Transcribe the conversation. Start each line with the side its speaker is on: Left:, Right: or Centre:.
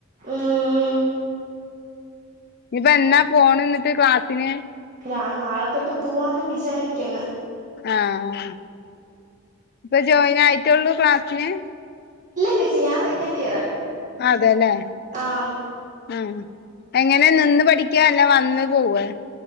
Right: ഉം
Left: ഇപ്പൊ എന്നാ പോണെന്നിട്ട് ക്ലാസ്സിന്
Right: ഞാൻ നാളെ തൊട്ട് പോവാന്ന് വിചാരിക്കുന്നു
Left: ആഹ് ഇപ്പോ ജോയിനായിട്ടുള്ളൂ ക്ലാസ്സിന്
Right: ഇല്ല ചേച്ചി ഞാൻ സെക്കൻ് ഇയർ
Left: അതെല്ലേ
Right: ആഹ്
Left: ഉം എങ്ങനെ നിന്ന് പഠിക്യ അല്ല വന്ന് പോവ്വെ